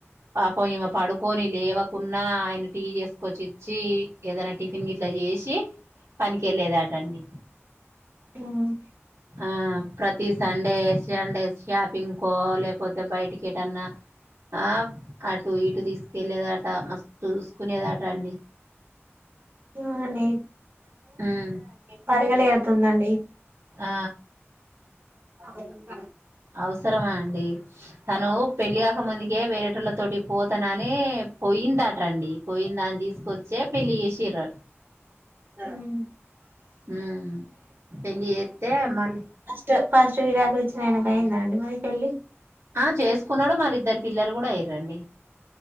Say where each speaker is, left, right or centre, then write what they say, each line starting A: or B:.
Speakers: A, on the right; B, on the right.
A: పాపం ఇమే పడుకోని లేవ కున్నా ఆయన టీ చేసుకొచ్చి ఇచ్చి ఏదైనా టిఫిన్ గిట్ల చేసి పనికెళ్ళేదట అండి
B: ఉమ్,
A: ఆ ప్రతి సండే శాండే శ్యాపింగ్ కో టికి ఎటన్నా ఆ అటు ఇటు తీసుకెళ్లేదట మస్తు చూసుకునేదాట అండి
B: అవునండి
A: ఉమ్మ్
B: పరిగలేతుందండీ
A: ఆ
B: అవును
A: అవసరమా అండి తను పెళ్ళిగాక ముందుకే వేరే వాళ్ళ తోటి పోతనని పోయిందట అండి పొయ్యిందాని తీసుకొచ్చే పెళ్లి చేసిన్రు
B: ఉమ్,
A: హుమ్మ్ పెళ్లి చేస్తే మళ్ళీ
B: ట్ ఫస్ట్ విడాకులు ఇచ్చిన ఆయనకు అయిందా అండి మరి పెళ్ళి
A: ఆ చేస్ కునడు మళ్ళీ ఇద్దరు పిల్లలు కూడా అయ్యింరండీ